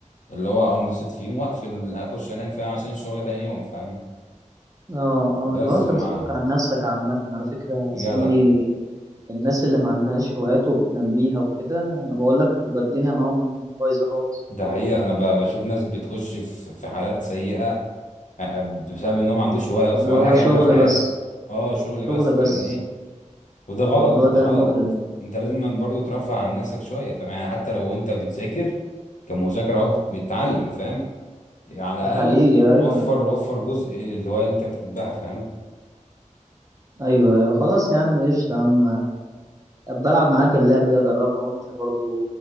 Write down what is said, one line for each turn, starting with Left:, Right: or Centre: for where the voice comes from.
Left: اللي هو انبسط فيهم واقفل اخش انام فاهم عشان الشغل تاني يوم فاهم
Right: اه
Left: بس
Right: اه لو انت
Left: ما
Right: بتفك عن نفسك عامة على فكرة يا
Left: جدع
Right: زميلي الناس اللي ما عندهاش هوايات وبتنميها وكده بقول لك بتبقى الدنيا معاهم بايظة خالص
Left: ده حقيقة انا ب- بشوف ناس بتخش في في حالات سيئة بسبب ان هو ما عندوش هوايه اصلا
Right: اللي
Left: ولا
Right: هو
Left: حاجه
Right: شغل
Left: يعملها في حياته
Right: بس
Left: اه شغل بس
Right: شغل بس
Left: فاهمني وده غلط
Right: الموضوع
Left: ده
Right: ده
Left: غلط
Right: مؤلم
Left: انت لازم برضه ترفه عن نفسك شويه فاهم يعني حتى لو انت بتذاكر كمذاكره اهو بتتعلم فاهم على
Right: ده
Left: الاقل
Right: حقيقي
Left: وفر
Right: ايوه
Left: وفر جزء للهوايه اللي انت بتحبها فاهم
Right: ايوه ايوه خلاص يا عم قشطة يا عم بلعب معاك اللعبة دي اجربها وانت برضو